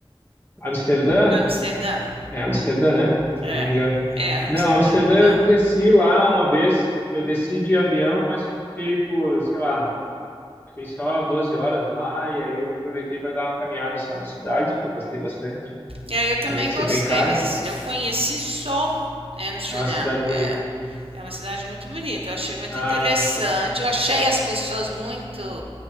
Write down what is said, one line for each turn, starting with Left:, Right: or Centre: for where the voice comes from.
Left: Amsterdã,
Right: Amsterdã.
Left: É Amsterdã, né? Se
Right: É.
Left: eu não me engano.
Right: É, Amsterdã,
Left: Não, Amsterdã
Right: né?
Left: eu desci lá uma vez, eu desci de avião, mas fiquei por, sei lá, fiquei só 12 horas lá e aí eu aproveitei para dar uma caminhada só na cidade, que eu gostei bastante,
Right: É, eu também
Left: além de ser
Right: gostei,
Left: bem cara,
Right: mas eu conheci só Amsterdã.
Left: é uma cidade bonita.
Right: É, é uma cidade muito bonita. Eu achei muito
Left: Ah,
Right: interessante.
Left: sim.
Right: Eu achei as pessoas muito